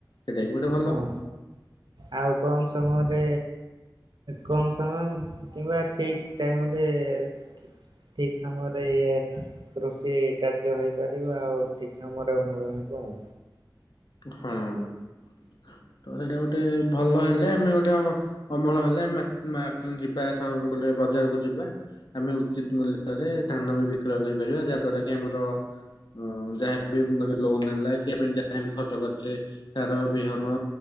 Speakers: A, on the left (about 70°); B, on the right (about 80°).
A: ସେଇଟା ବି ଗୋଟେ ଭଲ।
B: ହଁ ଆଉ କମ୍ ସମୟରେ କମ ସମୟ କିମ୍ବା ଠିକ ଟାଇମ ରେ ଠିକ ସମୟ ଇଏ କୃଷି କାର୍ଯ୍ୟ ହେଇପାରିବ ଆଉ ଠିକ ସମୟରେ ମୂଳ ହେବ ଆଉ।
A: ହଁ ତ ସେଇଟା ଗୋଟେ ଭଲ ହେଲେ ଆମେ ଗୋଟେ ଅମଳ ହେଲେ ମା ମା ଯିବା ବ ବଜାରକୁ ଯିବା। ଆମେ ଉଚିତ ମୂଲ୍ୟରେ ଧାନ ବି ବିକ୍ରୟ କରିପାରିବା ଯାହା ଦ୍ଵାରା କି ଆମର ହଁ ଯାହାବି ମାନେ ଲୋନ୍ ହେଲା କି ଆମେ ଯାହା ବି ଖର୍ ଚ କରଛେ ସାର ବିହନ